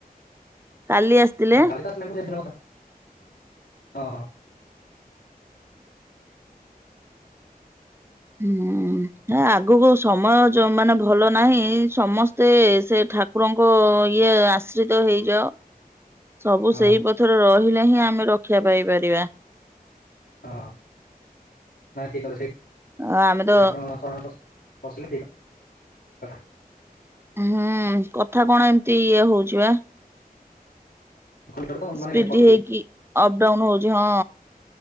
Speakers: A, on the right; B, on the left.
A: କାଲି ଆସିଥିଲେ।
B: ହଁ କାଲି ତ ଆସିଥିଲେ ମୁଁ ସେ ଦିନ କଥା। ଓହୋ।
A: ହୁଁ। ହେଁ ଆଗକୁ ସମୟ ଜମାନା ଭଲ ନାହିଁ ସମସ୍ତେ ସେ ଠାକୁରଙ୍କ। ଇଏ ଆଶ୍ରିତ ହେଇଯାଅ। ସବୁ
B: ହଁ
A: ସେଇ ପଥରେ ରହିଲେ ହିଁ ଆମେ ରକ୍ଷା ପାଇପାରିବା।
B: ହଁ ନାଇଁ ଠିକ କଥା ସେଇ
A: ଆ ଆମେ ତ
B: ଠାକୁରଙ୍କ ଶରଣ ରେ ପଶ ପସିଲେ ଠିକ୍ କଥା।
A: ହୁଁ, କଥା କଣ ଏମତି ଇଏ ହଉଛି ବା।
B: କଲିକଟ ମାନେ
A: ସ୍ପିଡି
B: କଟୁଛି
A: ହେଇକି ଅପ ଡାଉନ ହଉଛି ହଁ।